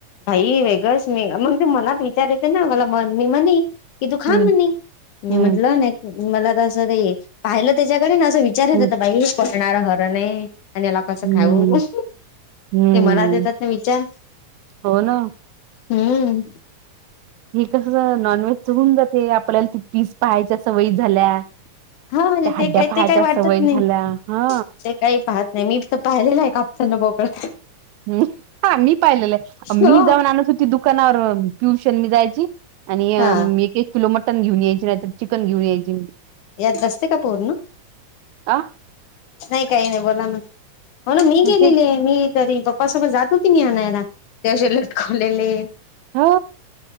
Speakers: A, on the left (about 75°); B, on the right (about 80°).
A: बाई वेगळंच स्मे मग ते मनात विचार येत ना मला ममी म्हनी. की तू खा
B: हम्म
A: म्हणे मी
B: हम्म
A: म्हटलं नाही मला तं ते पाहिलं त्याच्याकडे अस विच विचारच
B: हम्म
A: त बाई पडणार हर नाही आणि याला कसं
B: हम्म
A: खाऊ <inaudible>
B: हम्म
A: ते मला देतात ना विचार.....
B: हो ना
A: हम्म
B: हि कसस नॉनव्हेज च हून जाते आपल्याला ती पीस पहायच्या सवयी झाल्या.
A: हा म्हणजे
B: त्या हड्ड्या
A: ते का
B: पाहायच्या
A: ते काही वाटतात
B: सवय झाल्या
A: नाही <inaudible>
B: हा
A: ते काही पाहत नाही मी तर पाहिलेलं आहे कापताना बोकळा <inaudible>
B: हं हा मी पाहिलेलं मी
A: हो
B: जाऊन आणत होती दुकानावर पियुष‌ आणि मी जायची. आणि अ
A: हा
B: म एक- एक किलो मटण घेऊन यायची नाहीतर चिकन घेऊन यायची.
A: यात बसते का पूर्ण
B: आ
A: नाही, काही नाही बोला ना. हो ना मी
B: नाही
A: गेलेले
B: ते
A: आहे, मी तरी पप्पासोबत जात होती, मी आणायला तेशी लटकवलेले. <inaudible>
B: हा.